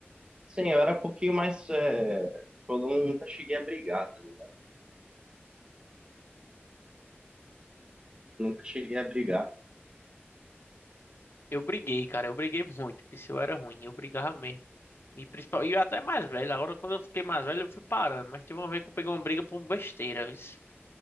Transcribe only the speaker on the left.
Eu briguei, cara, eu briguei muito, porque se eu era ruim, eu brigava mesmo. E, principal, e eu até mais velho, agora quando eu fiquei mais velho eu fui parando, mas teve uma vez que eu peguei uma briga por besteira, viu? <laughs>